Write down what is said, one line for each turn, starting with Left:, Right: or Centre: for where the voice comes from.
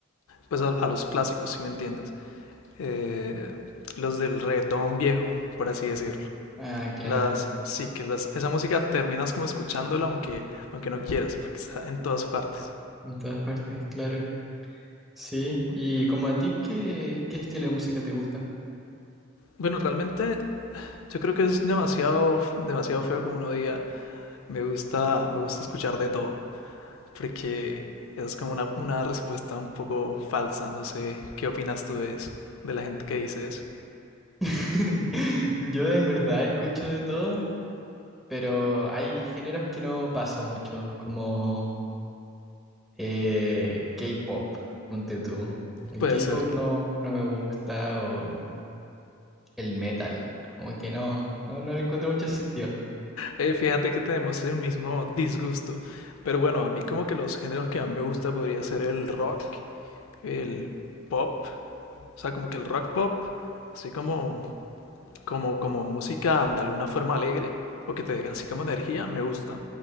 Left: pues a, a los clásicos, si me entiendes. Eh, los del reggaetón viejo, por así decirlo.
Centre: Ah, claro,
Left: Las, sí, que las, esa música terminas como escuchándola aunque, aunque no quieras, porque está en todas partes.
Centre: en todas partes, claro. Sí, y como a ti, ¿qué, qué estilo de música te gusta?
Left: Bueno, realmente yo creo que es demasiado, demasiado feo como uno diga, me gusta, me gusta escuchar de todo, porque es como una, una respuesta un poco falsa, no sé, ¿qué opinas tú de eso? De la gente que dice eso.
Centre: <laughs> Yo en verdad escucho de todo, pero hay géneros que no paso mucho, como eh, K-pop, ponte tú. El
Left: Puede
Centre: K-pop
Left: ser.
Centre: no, no me gusta o el metal, como que no, no, no le encuentro mucho sentido.
Left: Eh, fíjate que tenemos el mismo disgusto, pero bueno, a mí como que los géneros que más me gusta podría ser el rock, el pop, O sea, como que el rock pop, así como, como, como música de alguna forma alegre o que te dé así como energía, me gusta.